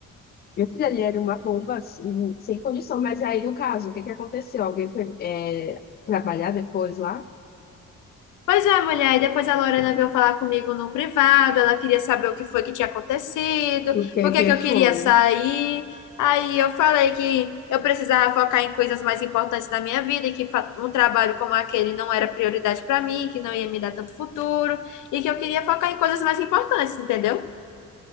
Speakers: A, on the left; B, on the left.
A: Meu filho, ali era uma bomba assim, sem condição, mas aí no caso, o que que aconteceu? Alguém foi é, trabalhar depois lá?
B: Pois é, mulher. E depois a Lorena veio falar comigo no privado. Ela queria saber o que foi que tinha acontecido,
A: O que
B: por que
A: que
B: que eu queria
A: foi?
B: sair. Aí eu falei que eu precisava focar em coisas mais importantes da minha vida e que fa- um trabalho como aquele não era prioridade pra mim, que não ia me dar tanto futuro e que eu queria focar em coisas mais importantes, entendeu?